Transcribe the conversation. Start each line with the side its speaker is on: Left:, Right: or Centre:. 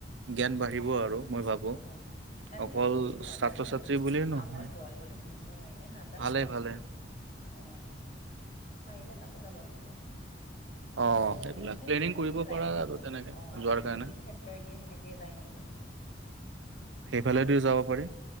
Right: জ্ঞান বাঢ়িব আৰু। মই ভাবো
Left: অ তাৰে
Right: অকল
Left: বহুত জাগা
Right: ছাত্ৰ
Left: খিনি
Right: ছাত্ৰী
Left: বহুত
Right: বুলিয়ে নহয়।
Left: আহল বহল বুলি শুনিছো হয় নে নাজানো
Right: ভালে
Left: বাৰু
Right: ভালে।
Left: অ পাৰিলে কাতো যাব লাগিব
Right: অ',
Left: এইফালে
Right: সেইবিলাক
Left: সেই
Right: প্লেনিং
Left: পনে
Right: কৰিব
Left: দিয়ে যায়
Right: পাৰা
Left: নেকি?
Right: আৰু তেনেকে
Left: অ,
Right: যোৱাৰ কাৰণে।
Left: জুবিন ক্ষেত্ৰই দিয়ে সেনেকে যায় নেকি।
Right: সেইফালেদি যাব পাৰি।